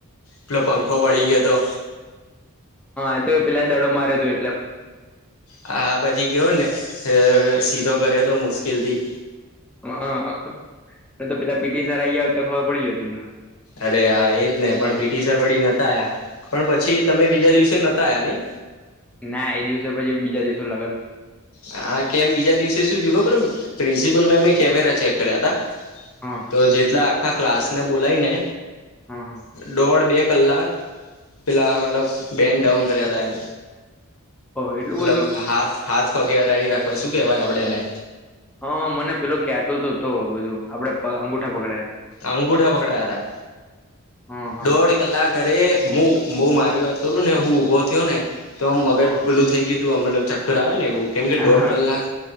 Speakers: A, on the left; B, in the centre.
A: પેલો પંખો વળી ગયો હતો
B: એ તો પેલા દડો માર્યો હતો એટ
A: હા પછી કેયોો ને સીધો કર્યો તો મુશ્કેલ થી
B: હા તો પેલા પીટી સર આયા તો ખબર પડી જતી તમને
A: અરે હા એજ ને પણ પીટી સરવડી નતા આ પણ પછી તમે બીજા દિવસે નહોતા આયા નહી
B: ના એ દિવસે પછી બીજા દિવસે લ
A: હા, કેમ બીજા દિવસે શું થયું ખબર પ્રિન્સિપલ મેમ એ કેમેરા ચેક કર્યા તા
B: હા
A: તો જેટલા આખા ક્લાસને બોલાયને
B: હા હા
A: દોઢ-બે કલાક પેલા મતલબ બેન ડાઉન કર્યા તા એમ
B: ઓહો એટલું
A: મતલબ
B: બધું.
A: હાથ હાથ પગે અડાળી રાખવા શું કેવાય આપડે એને
B: હ મને પેલો કેતો તો તો બધું આપડે પ અંગુઠા પકડાયા
A: અંગુઠા પકડાયા તા.
B: હતા હા
A: દોઢ કલાક અરે મુ મુ મા મારી વાત કરુંને હું ઊભો થયો ને. તો મગજ
B: હા
A: પેલું થઈ ગયુ તું આમ મતલબ ચક્કર આવે ને એવું. કેમ કે
B: હા
A: દોઢ
B: હા
A: કલાક